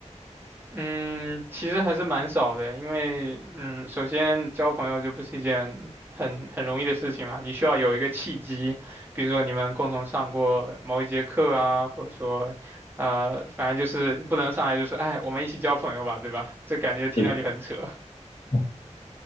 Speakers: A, on the right; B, on the left.
A: 嗯，其实还是蛮少的，因为嗯，首先交朋友就不是一件很很容易的事情嘛，你需要有一个契机，比如说你们共同上过某一节课啊，或者说，呃，反正就是不能上来就说，哎，我们一起交朋友吧，对吧？这感觉听上去很扯，
B: 是的，嗯